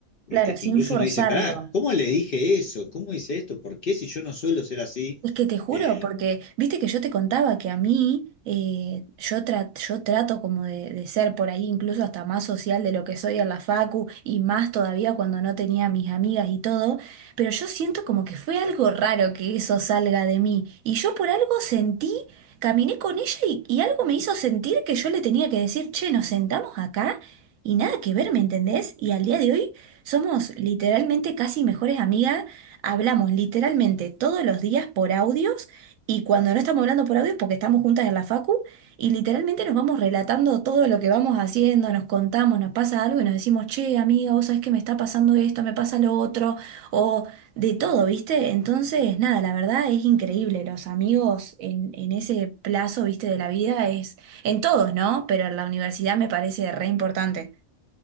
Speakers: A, on the left; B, on the right.
A: este,
B: Claro, sin
A: que incluso
B: forzarlo.
A: uno dice, pará, ¿cómo le dije eso? ¿Cómo hice esto? ¿Por qué si yo no suelo ser así?
B: Es que te juro,
A: Eh,
B: porque viste que yo te contaba que a mí, eh, yo, tra- yo trato como de, de ser por ahí incluso hasta más social de lo que soy en la facu y más todavía cuando no tenía mis amigas y todo, pero yo siento como que fue algo raro que eso salga de mí y yo por algo sentí, caminé con ella y, y algo me hizo sentir que yo le tenía que decir, che, nos sentamos acá y nada que ver, ¿me entendés? Y al día de hoy somos literalmente casi mejores amigas. Hablamos literalmente todos los días por audios y cuando no estamos hablando por audios porque estamos juntas en la facu y literalmente nos vamos relatando todo lo que vamos haciendo, nos contamos, nos pasa algo y nos decimos, che, amiga, vos sabés que me está pasando esto, me pasa lo otro, o de todo, ¿viste? Entonces, nada, la verdad es increíble, los amigos en, en ese plazo, ¿viste? De la vida es en todos, ¿no? Pero en la universidad me parece re importante.